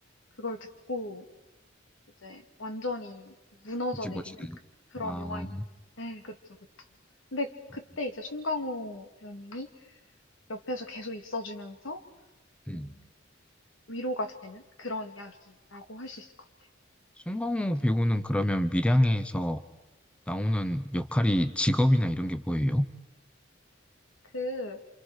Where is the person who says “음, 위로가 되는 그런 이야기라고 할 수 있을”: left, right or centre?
Left